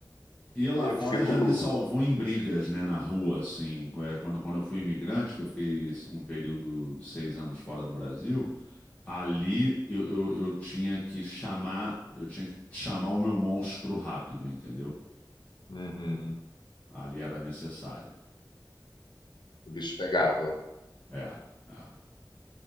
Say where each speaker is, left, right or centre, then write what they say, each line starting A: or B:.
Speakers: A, on the left; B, on the left.
A: E lá
B: eu
A: fora
B: fico.
A: já me salvou em brigas, né, na rua, assim. É, Quando, quando eu fui imigrante, que eu fiquei um período de seis anos fora do Brasil, ali eu, eu, eu tinha que chamar, eu tinha que chamar o meu monstro rápido, entendeu?
B: Uhum,
A: Ali era necessário.
B: o bicho pegava.
A: É, é.